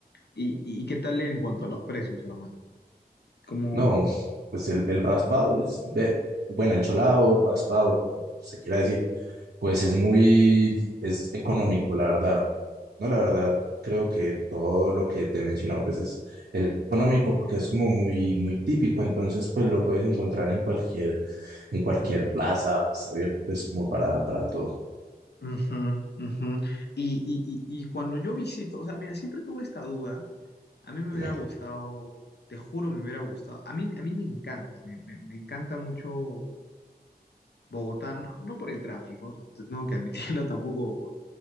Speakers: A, on the left; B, on the right.
A: ¿Y, y qué tal en cuanto a los precios, hermano? Como...
B: No, pues el, el raspado es, ve- bueno, el cholado, raspado, como se quiera decir Pues es muy, es económico, la verdad. No, la verdad, creo que todo lo que te he mencionado, pues es, es económico porque es como muy, muy típico. Entonces, pues lo puedes encontrar en cualquier, en cualquier plaza. Está abierto, pues como para, para todo.
A: Ujú, ujú. Y, y, y, y cuando yo visito, o sea, mira, siempre tuve esta duda. A mí me
B: Dime.
A: hubiera gustado,
B: <laughs>
A: te juro, me hubiera gustado. A mí, a mí me encanta, me, me- me encanta mucho Bogotá, no, no por el tráfico, o sea, tengo que admitirlo <laughs> tampoco.